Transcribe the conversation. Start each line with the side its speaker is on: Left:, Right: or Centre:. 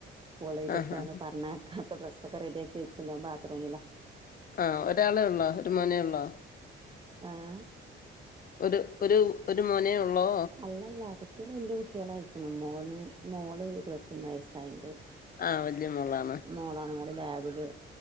Right: കോൾ ചെയ്തിട്ടാ
Left: ആഹാ
Right: എന്ന് പറഞ്ഞാ ക ഇപ്പ ട്രസ്സ് ഓക്കെ റെഡിയാക്കി വെച്ച് ഇരുന്നോ ബാത്റൂമില
Left: ആഹ് ഒരാളേ ഒള്ളാ ഒരു മോനേ ഒള്ളാ
Right: ഏഹ്
Left: ഒരു ഒരു ഒരു മോനേ ഒള്ളോ
Right: അല്ലല്ല കുട്ടികള് വലിയ കുട്ടികള് ആയിരിക്കുന്നു മോന് മോള് ഇരുവതൊന്ന് വയസ്സായിട്ട്
Left: ആഹ് വല്യ മോളാ
Right: മോളാണ് മോള് ലാബില്